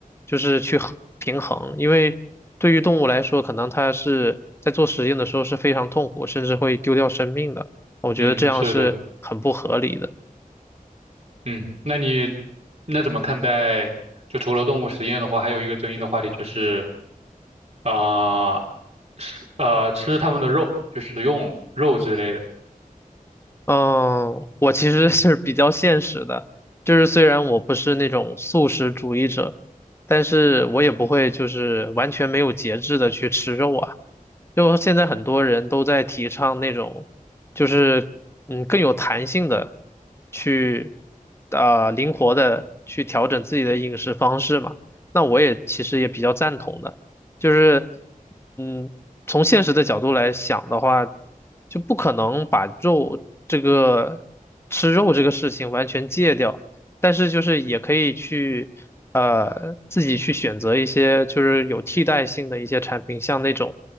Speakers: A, on the left (about 15°); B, on the right (about 50°).
A: 就是去衡平衡，因为对于动物来说，可能它是在做实验的时候是非常痛苦，甚至会丢掉生命的。我觉得这样是很不合理的。
B: 嗯，是的，嗯，那你那怎么看待？就除了动物实验的话，还有一个争议的话题就是啊，吃呃吃它们的肉，就食用肉之类的。
A: 嗯，我其实是比较现实的，就是虽然我不是那种素食主义者，但是我也不会就是完全没有节制的去吃肉啊。就现在很多人都在提倡那种，就是嗯更有弹性的去，啊灵活的去调整自己的饮食方式嘛。那我也其实也比较赞同的，就是嗯。从现实的角度来想的话，就不可能把肉这个吃肉这个事情完全戒掉，但是就是也可以去呃自己去选择一些就是有替代性的一些产品，像那种